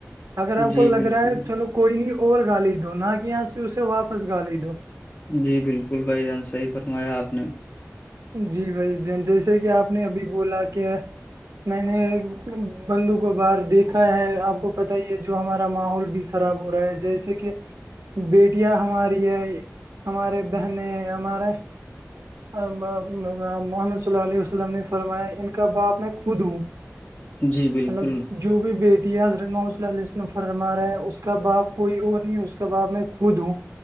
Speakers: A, on the right; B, on the left.
A: اگر آپ
B: جی
A: کو لگ
B: بالکل
A: رہا ہے چلو کوئی نہیں اور گالی دو نہ کہ یہاں سے اسے واپس گالی دو
B: جی بالکل بھائی جان صحیح فرمایا آپ نے
A: جی بھائی جان جیسے کہ آپ نے ابھی بولا کہ میں نے بندوں کو باہر دیکھا ہے آپ کو پتا ہی ہے جو ہمارا ماحول بھی خراب ہو رہا ہے جیسے کہ بیٹیاں ہماری ہے ہمارے بہنیں ہمارے محمد صلیلہ علیہ السلام نے فرمایا ان کا باپ میں خود ہوں
B: جی بالکل
A: مطلب جو بھی بیٹی ہے حضرت ما صلی ال علیہ ولم فرما ہے اسس کا باپ کوئی اور نہیں ہے اسس کا باپ میں خود ہوں